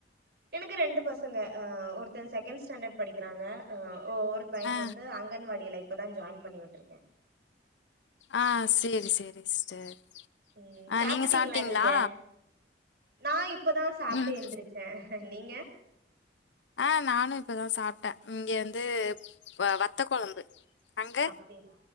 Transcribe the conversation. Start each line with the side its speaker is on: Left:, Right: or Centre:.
Right: எனக்கு ரெண்டு பசங்க ‌அ ஒருத்தன் செகண்ட் ஸ்டாண்டர்ட் படிக்கிறாங்க அ ஒ ஒரு பையன்
Left: ஆ
Right: வந்து அங்கன்வாடியில இப்பதா ஜாயின் பண்ணி விட்டுருக்கே
Left: ஆ சேரி சேரி சிஸ்டர்
Right: ம்
Left: ஆ
Right: சாப்ட்டுட்டீங்களா
Left: நீங்க சாப்ட்டீங்களா
Right: நீங்க நா இப்பதா சாப்ட்டு
Left: ம்
Right: ஏந்திருச்சே நீங்க
Left: ஆ நானு இப்பதா சாப்ட்டே இங்க வந்து வ வத்த கொழம்பு அங்க
Right: அப்டியா